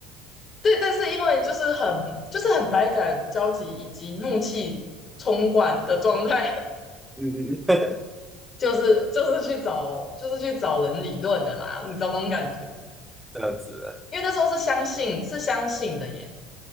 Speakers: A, on the left (about 40°); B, in the centre.
A: 对，但是因为就是很就是很百感交集以及怒气冲冠的状态，
B: <laughs> 嗯嗯嗯，
A: <laughs> 就是就是去找就是去找人理论的啦，你知道那种感觉？
B: 这样子了。
A: 因为那时候是相信是相信的耶，